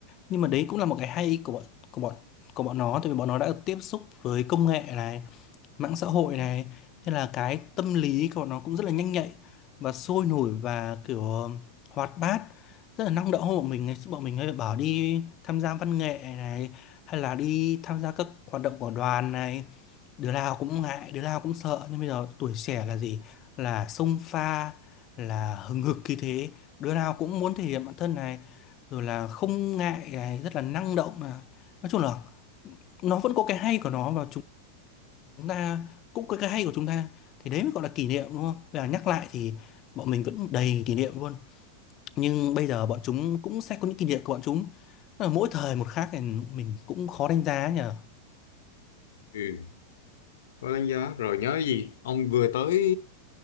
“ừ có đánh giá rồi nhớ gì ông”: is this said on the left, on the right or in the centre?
Left